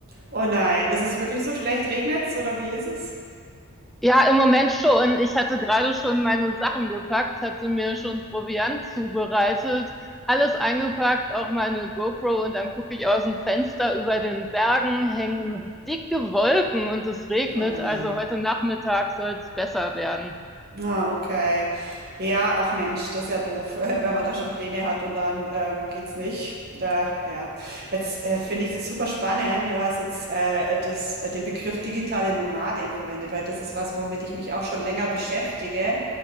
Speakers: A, on the right; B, in the centre.
A: Oh nein, ist es wirklich so schlecht? Regnet's oder wie ist es?
B: Ja, im Moment schon. Ich hatte gerade schon meine Sachen gepackt, hatte mir schon Proviant zubereitet, alles eingepackt, auch meine GoPro und dann gucke ich aus dem Fenster über den Bergen, hängen dicke Wolken und es regnet.
A: Oh nein.
B: Also heute Nachmittag soll es besser werden.
A: Ah, okay. Ja, ach Mensch, das ist ja doof, <laughs> wenn man da schon Pläne hat und dann ähm, geht's nicht. Da, ja. Jetzt äh, finde ich das super spannend. Du hast jetzt äh, das, äh, den Begriff digitale Nomadin verwendet, weil das ist was, womit ich mich auch schon länger beschäftige.